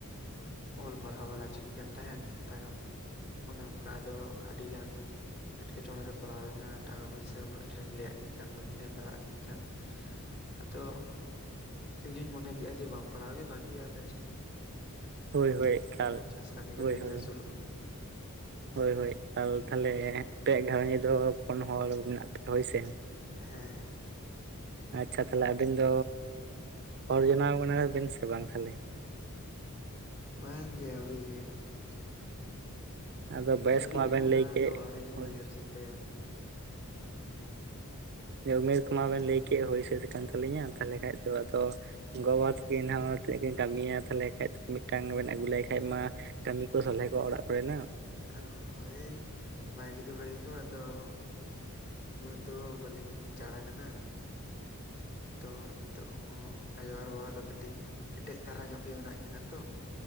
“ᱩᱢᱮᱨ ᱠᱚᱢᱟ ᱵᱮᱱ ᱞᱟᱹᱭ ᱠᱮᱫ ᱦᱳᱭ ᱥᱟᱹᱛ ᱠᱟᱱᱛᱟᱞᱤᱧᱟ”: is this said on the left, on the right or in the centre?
Right